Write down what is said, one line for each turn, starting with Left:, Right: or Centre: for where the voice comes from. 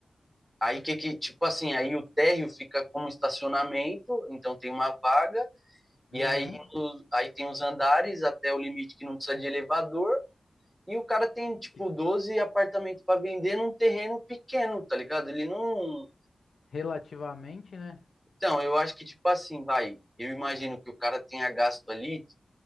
Centre: Aí que que, tipo assim, aí o térreo fica como estacionamento, então tem uma vaga, e
Left: Uhum.
Centre: aí, no- aí tem os andares até o limite que não precisa de elevador, E o cara tem, tipo,
Left: Que-
Centre: 12 apartamentos para vender num terreno pequeno, tá ligado? Ele não.
Left: Relativamente, né?
Centre: Então, eu acho que, tipo assim, vai. Eu imagino que o cara tenha gasto ali,